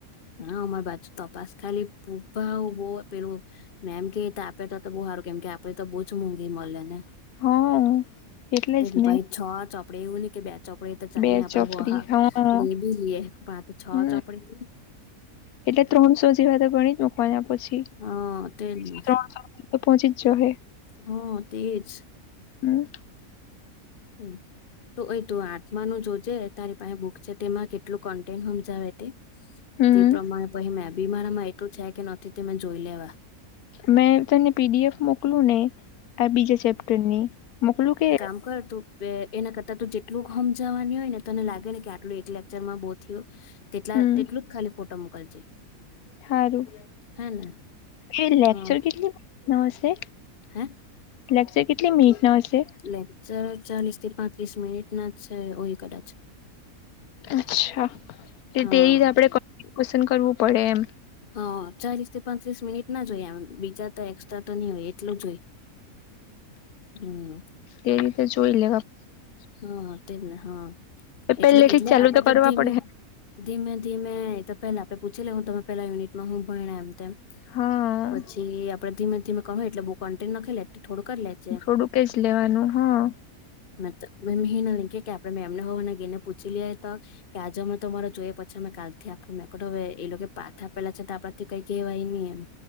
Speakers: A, on the left (about 45°); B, on the left (about 80°).
A: હામા બાજુ તપાસ ખાલી ભા બહ પેલું. મેમ કે આપે તો બહુ સારું કેમ કે આપડે તો બહુ જ મોંઘી મળે ને.
B: હા <inaudible> એટલે
A: એને
B: જ ને
A: ભછ છ ચોપડે એવું નને કે બે. ચોપડી તો ચા
B: બે
A: આપડે
B: ચોપડી
A: વહા
B: હા
A: લે બી લઈએ પણ આ તો છ
B: હમ
A: ચોપડી.
B: એટલે ત્રણસો જેવા તો ગણી જ મકવાના પછી્રણ.
A: હા તેજ ને
B: તો પહોંચી જજ હ.
A: હા તેજ.
B: હમ.
A: હમ <inaudible> તોય તું આઠમાનું જોજે તારી પાસે બુક છે તેમાં કેટલું કન્ટેન્ટ સમજાવે તે.
B: હમ
A: તે પ્રમાણે પછ મે બીમારામાં એટું થ કે નથી તે મેં જોઈ લેવા.
B: મેં તને પીડીએફ મોકલું ને આ બીજા ચેપ્ટર ની મોકલું કે.
A: અમુકટું <inaudible> એના કરતાં તો જેટલું સમજાવાની હોય ને તને લાગે ને કે આટલું એક લેક્ચરમાં બહુ થયું. તેટલા
B: હમ
A: તેટલું જ ખાલી ફોટો મોકલજે.
B: સારું
A: હે ને
B: એ લેક્ચર
A: હા
B: કેટલી. નશે
A: હે
B: લાગ છે કેટલી મિનિટ ન હશે.
A: લેક્ચર ચાલીસ થી પાંત્રીસ મિનિટ ના છે ઓય કદાચ.
B: અચ્છા તે
A: હા
B: રી આપણેે પસંદ કરવું પડે એમ.
A: હ ચાલીસથી પાંત્રીસ મિનિટ ના જોઈ બીજા. એક્સ્ટ્રા તો નહ હોય એટલું જ હોય હમ.
B: એ રીતે જોોઈ લ.
A: હા તેમને હા એટલું
B: પહેલેથી
A: એટલે
B: જ ચાલુ
A: આપડે તો
B: કરવા
A: ધીમે.
B: પડે
A: ધીમે ધીમે તો પેલા આપડે પૂછી લે હું તમે પેલા યુનિટમાં હું ભ એમ તેમમ.
B: હા
A: પછી આપડે ધીમે ધીમે ક હોય એટલે બઉુ કન્ટિન નાખી લેતી થોડું કરી લે.
B: થોડું કે જ લેવાનું હા.
A: મ મેમ હ ના લે કે આપણે મેમને હોવવા અને ગ એને પૂછી લ તો. કે આજે અમે તમારો જોઈએ પછી અમે કાલથી આપું મેં કો હવે એ લોકો પાથ આપેલા છે તો આપણાથી કઈ કહેવાય નહી એમ